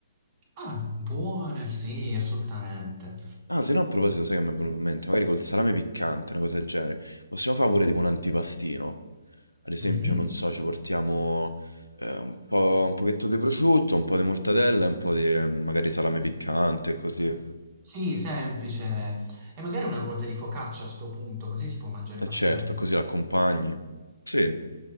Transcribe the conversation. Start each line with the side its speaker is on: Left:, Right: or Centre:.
Right: Ah, buone, sì, assolutamente.
Left: Ah, se no a proposito sai che m'è venuto in mente? Magari col salame piccante, una cosa del genere. Possiamo fa' pure tipo un antipastino? Ad esempio,
Right: Mhm.
Left: non so, ci portiamo, ehm, un po' un pochetto di prosciutto, un po' di mortadella e un po' di, ehm, magari salame piccante, così.
Right: Sì, semplice. E magari una ruota di focaccia a sto punto, così si può mangiare
Left: Eh
Right: facilmente.
Left: certo,
Right: con-
Left: così l'accompagni. Sì.